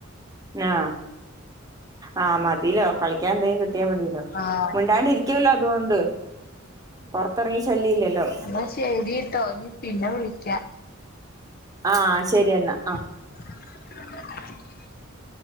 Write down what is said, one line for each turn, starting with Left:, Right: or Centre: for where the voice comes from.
Right: ആ ആ മതിലോ കളിക്യാൻ എന്തേ കിട്ടിയ മതില്ലോ
Left: ആഹ്
Right: മുണ്ടാണ്ട് ര് ക്ക്യല്ലോ അതുകൊണ്ട് പൊറത്തറങ്ങി ശല്ല്യ ഇല്ലല്ലോ
Left: ന്നാ ശരി ട്ടോ ഇഞ് പിന്നെ വിളിക്യ
Right: ആ ശരി എന്നാ ആ
Left: <unintelligible>